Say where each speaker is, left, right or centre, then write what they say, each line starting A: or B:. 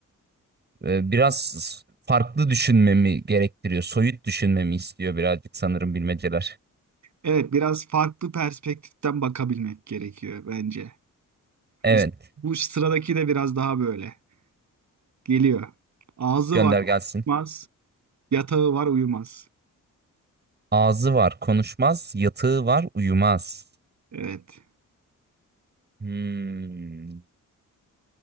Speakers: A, on the right (about 30°); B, on the right (about 60°).
A: e, biraz farklı düşünmemi gerektiriyor. Soyut düşünmemi istiyor birazcık sanırım bilmeceler.
B: Evet, biraz farklı perspektiften bakabilmek gerekiyor bence.
A: Evet,
B: Mesela bu sıradaki de biraz daha böyle. Geliyor. Ağzı
A: gönder
B: var konuşmaz,
A: gelsin.
B: yatağı var uyumaz.
A: Ağzı var, konuşmaz, yatığı var, uyumaz.
B: Evet.
A: Hmm.